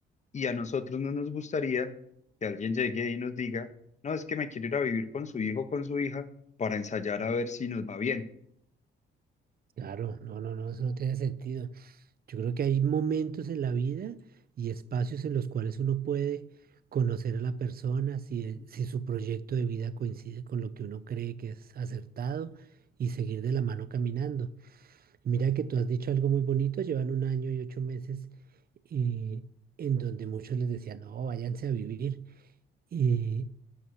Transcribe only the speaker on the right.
Claro, no, no, no, eso no tiene sentido. Yo creo que hay momentos en la vida y espacios en los cuales uno puede conocer a la persona si, e- si su proyecto de vida coincide con lo que uno cree que es acertado y seguir de la mano caminando. Mira que tú has dicho algo muy bonito, llevan un año y ocho meses eh, en donde muchos les decían, no, váyanse a vivir. Eh,